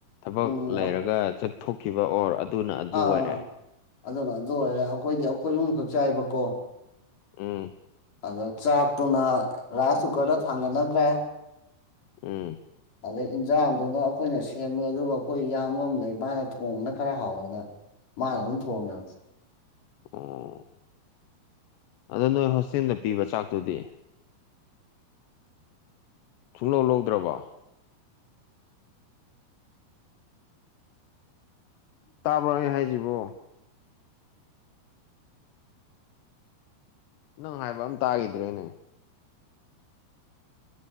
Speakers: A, on the left (about 80°); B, on the left (about 50°).
A: ꯊꯕꯛ
B: ꯎꯝ
A: ꯂꯩꯔꯒ ꯆꯠꯊꯣꯛꯈꯤꯕ ꯑꯣꯔ ꯑꯗꯨꯅ ꯑꯗꯨ
B: ꯑꯥꯥ
A: ꯑꯣꯏꯔꯦ
B: ꯑꯥ ꯑꯗꯨꯅ ꯑꯗꯨ ꯑꯣꯏꯔꯦ ꯑꯩꯈꯣꯏꯗꯤ ꯑꯩꯈꯣꯏ ꯑꯍꯨꯝꯈꯛ ꯆꯥꯏꯕꯀꯣ
A: ꯎꯝ
B: ꯑꯗ ꯆꯥꯛꯇꯨꯅ ꯔꯥꯏꯁ ꯀꯨꯀꯔꯗ ꯊꯥꯡꯒꯠꯅꯈ꯭ꯔꯦ
A: ꯎꯝ
B: ꯑꯗꯩ ꯏꯟꯖꯥꯡꯗꯨꯅ ꯑꯩꯈꯣꯏꯅ ꯁꯦꯝꯃꯦ ꯑꯗꯨꯒ ꯑꯩꯈꯣꯏ ꯏꯌꯥꯝꯕ ꯑꯃ ꯂꯩ ꯃꯥꯅ ꯊꯣꯡꯕꯅ ꯈꯔ ꯍꯥꯎꯋ ꯃꯥꯅ ꯑꯗꯨꯝ ꯊꯣꯡꯉꯦꯕ
A: ꯑꯣ ꯑꯗꯣ ꯅꯣꯏ ꯍꯣꯁꯇꯦꯜꯗ ꯄꯤꯕ ꯆꯥꯛꯇꯨꯗꯤ ꯁꯨꯡꯂꯧ ꯂꯧꯗ꯭ꯔꯕ ꯇꯥꯕ꯭ꯔꯣ ꯑꯩ ꯍꯥꯏꯖꯤꯕꯣ ꯅꯪ ꯍꯥꯏꯕ ꯑꯝ ꯇꯥꯈꯤꯗ꯭ꯔꯦꯅꯦ